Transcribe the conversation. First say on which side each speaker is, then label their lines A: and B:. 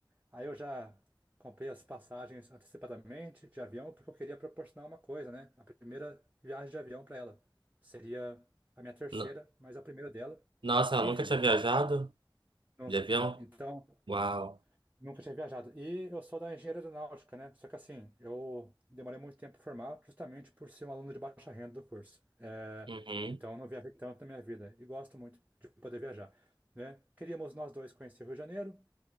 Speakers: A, on the right (about 20°); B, on the right (about 75°).
A: aí eu já comprei as passagens antecipadamente de avião, porque eu queria proporcionar uma coisa, né? A primeira viagem de avião para ela. Seria a minha terceira,
B: No-
A: mas a primeira dela.
B: Nossa,
A: E
B: ela nunca
A: enfim,
B: tinha viajado
A: nunca,
B: de avião?
A: nunca. Então.
B: Uau.
A: Nunca tinha viajado. E eu sou da engenharia aeronáutica, né? Só que assim, eu demorei muito tempo para formar, justamente por ser um aluno de baixa renda do curso. É,
B: Uhum,
A: então, eu não viajei tanto na minha vida. E gosto muito de poder viajar, né? Queríamos nós dois conhecer o Rio de Janeiro.